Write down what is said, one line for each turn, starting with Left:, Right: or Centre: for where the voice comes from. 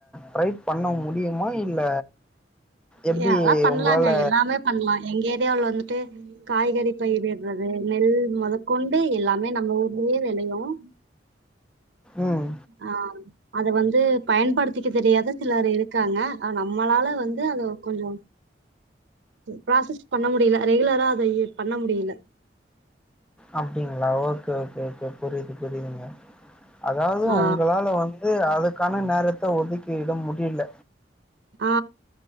Centre: ட்ரை பண்ண முடியுமா இல்ல
Right: இல்லாம்
Centre: எப்டி
Right: பண்ணலாங்க
Centre: உங்களால
Right: எல்லாமே பண்ணலாம் எங்க இந்தியாவுல வந்துட்டு காய்கறி பயிர்டறது நெல் முதக்கொண்டு எல்லாமே நம்ம ஊர்லயே விளையும்
Centre: ம்
Right: ஆ அதை வந்து பயன்படுத்திக்க தெரியாத சிலர் இருக்காங்க நம்மளால வந்து அத கொஞ்சம் ப்ராசஸ் பண்ண முடியல ரெகுலரா அத பண்ண முடியல
Centre: அப்படிங்களா ஓகே ஓகே இப்போ புரிது புரியுதுங்க அதாவது
Right: ஆ
Centre: உங்களால வந்து அது கான நேரத்த ஒதுக்கிட முடியல
Right: ஆ